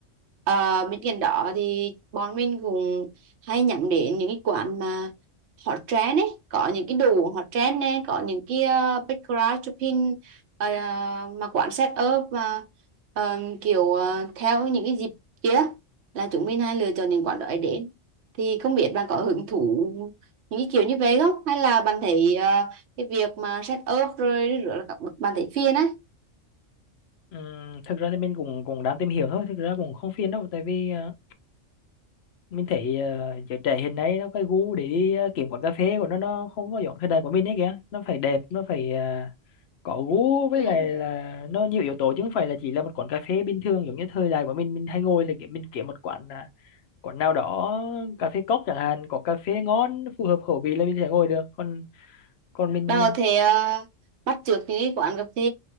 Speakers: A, on the right (about 65°); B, on the left (about 60°).
A: Ờ, bên cạnh đó thì bọn mình cũng hay nhắm đến những cái quán mà hot trend ấy có những cái đồ uống hot trend này có những cái uh, background shopping ờ, mà quán set up mà ờ, kiểu ờ, theo những cái dịp kia là chúng mình hay lựa chọn những quán đó để đến thì không biết bạn có hứng thú những cái kiểu như vậy không hay là bạn thấy ờ, cái việc mà set up rồi rửa là các bậc bàn thấy phiền á
B: Ừm, thực ra thì mình cũng cũng đang tìm hiểu thôi thực ra cũng không phiền đâu tại vì ờ, mình thấy ờ, giới trẻ hiện nay nó cái gu để đi ờ, kiếm quán cà phê của nó nó không có giống thời đại của mình ấy kìa nó phải đẹp nó phải ờ, có gu với
A: Ừ.
B: lại là nó nhiều yếu tố chứ không phải là chỉ là một quán cà phê bình thường giống như thời đại của mình mình hay ngồi là kiểu mình kiếm một quán à, quán nào đó cà phê cốc chẳng hạn có cà phê ngon phù hợp khẩu vị là mình sẽ ngồi được còn còn mình
A: bạn
B: mình
A: có thể ờ, bắt chước những cái quán cà phê